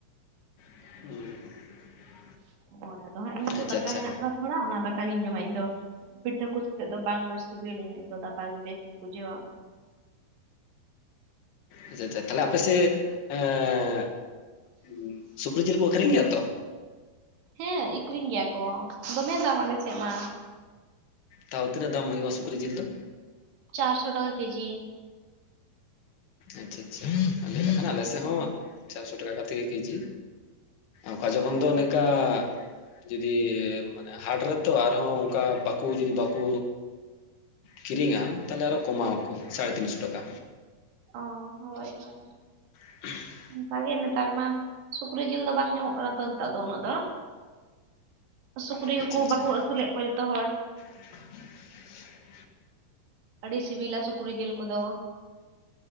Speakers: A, on the left; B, on the right.
A: <unintelligible>
B: ᱦᱳᱭ ᱟᱫᱚ ᱦᱟᱸᱜ ᱤᱧᱫᱚ
A: ᱟᱪᱪᱷᱟ
B: ᱫᱟᱠᱟ
A: ᱟᱪᱪᱷᱟ ᱟᱪᱪᱷᱟ
B: ᱦᱮᱱᱟᱜ ᱠᱟᱫᱟ ᱛᱷᱚᱲᱟ ᱚᱱᱟ ᱫᱟᱠᱟ ᱜᱤᱧ ᱡᱚᱢᱟ ᱤᱧᱫᱚ᱾ ᱯᱤᱴᱟ ᱠᱚ ᱥᱟᱛᱮᱜ ᱫᱚ ᱵᱟᱝ ᱢᱚᱸᱡᱽ ᱥᱤᱵᱤᱞᱤᱧᱟᱹ ᱤᱧᱫᱚ ᱫᱟᱠᱟ ᱜᱮ ᱵᱮᱥᱤᱧ ᱵᱩᱡᱷᱟᱹᱣᱟ ᱾
A: ᱟᱪᱪᱷᱟ ᱟᱪᱪᱷᱟ ᱛᱟᱦᱚᱞᱮ ᱟᱯᱮ ᱥᱮᱫ ᱮᱸ ᱥᱩᱠᱨᱤ ᱡᱤᱞ ᱠᱚ ᱟᱹᱠᱷᱨᱤᱧ ᱜᱮᱭᱟ ᱛᱚ᱾
B: ᱦᱮᱸ ᱮᱠᱷᱨᱤᱧ ᱜᱮᱭᱟ ᱠᱚ ᱫᱚᱢᱮ ᱫᱟᱢ ᱟᱞᱮ ᱪᱮᱜ ᱢᱟ᱾
A: ᱛᱟᱣ ᱛᱤᱱᱟᱹᱜ ᱫᱟᱢ ᱦᱩᱭᱩᱜᱼᱟ ᱥᱩᱠᱨᱤ ᱡᱤᱞ ᱫᱚ?
B: ᱪᱟᱨᱥᱚ ᱴᱟᱠᱟ ᱠᱮᱡᱤ ᱾
A: ᱟᱪᱪᱷᱟ ᱟᱪᱪᱷᱟ ᱟᱞᱮ ᱥᱮᱫ ᱦᱚᱸ
B: ᱚ
A: ᱪᱟᱨᱥᱚ ᱴᱟᱠᱟ ᱠᱟᱛᱮ ᱜᱮ ᱠᱮᱡᱤ᱾ ᱚᱠᱟ ᱡᱚᱠᱷᱚᱱ
B: ᱚ
A: ᱫᱚ ᱱᱮᱠᱟ ᱡᱩᱫᱤ ᱢᱟᱱᱮ ᱦᱟᱴ ᱨᱮᱛᱚ ᱟᱨᱦᱚᱸ ᱚᱱᱠᱟ ᱵᱟᱠᱚ ᱡᱚᱫᱤ ᱵᱟᱠᱚ ᱠᱤᱨᱤᱧᱟ ᱛᱟᱦᱚᱞᱮ ᱟᱨᱦᱚᱸ ᱠᱚᱢᱟᱣ ᱟᱠᱚ ᱥᱟᱲᱮ ᱛᱤᱱᱥᱚ ᱴᱟᱠᱟ᱾
B: ᱚ ᱦᱳᱭ ᱦᱳᱭ ᱾
A: <unintelligible>
B: ᱚᱱᱠᱟᱜᱮ ᱱᱮᱛᱟᱨ ᱢᱟ ᱥᱩᱠᱨᱤ ᱡᱤᱞ ᱫᱚ ᱵᱟᱝ ᱧᱟᱢᱚᱜ ᱠᱟᱱᱟ ᱛᱚ ᱱᱤᱛᱚᱜ ᱫᱚ ᱩᱱᱟᱹᱜ ᱫᱚ ᱥᱩᱠᱨᱤ
A: ᱟᱪᱪᱷᱟ
B: ᱫᱩᱠᱩ
A: ᱟᱪᱪᱷᱟ
B: ᱵᱟᱠᱩ
A: ᱦᱮᱸ
B: ᱟᱥᱩᱞᱮᱫ ᱠᱚᱣᱟ ᱡᱚᱛᱚ ᱦᱚᱲ᱾
A: <inaudible>
B: ᱟᱹᱰᱤ ᱥᱤᱵᱤᱞᱟ ᱥᱩᱠᱨᱤ ᱡᱤᱞ ᱠᱚᱫᱚ ᱾